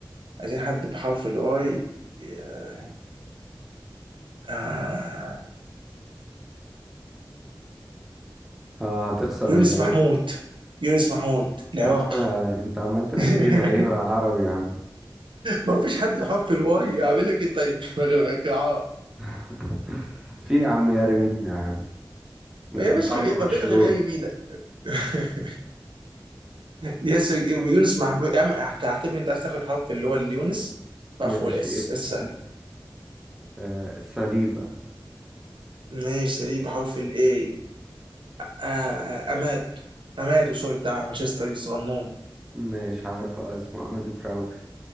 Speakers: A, on the right (about 85°); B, in the centre.
A: عايزين حد بحرف الواي آه آه.
B: اه هتخسر
A: يونس
B: ولا ايه
A: محمود يونس محمود العراقي
B: يا عم آه، انت عمال تنقي
A: <laughs>
B: لي لعيبة عربي يا عم
A: ما فيش حد بحرف الواي اعمل لك ايه طيب <laughs>
B: <laughs> في يا عم يارمين يا عم اللي
A: ما
B: كان
A: فيش
B: بيلعب
A: غير
B: في برشلونة
A: ما فيش غير يمينة <laughs> يس يونس مع يا عم هتعتبر انت عايز تاخد حرف اللي هو اليونس فاخو
B: ماشي
A: الاس
B: إيه
A: السهله
B: يعني آه ساليبا
A: ماشي سليم بحرف الاي آه آه، اماد اماد سوري بتاع مانشستر الصغنون
B: مش عارف اسمه عماد تراوري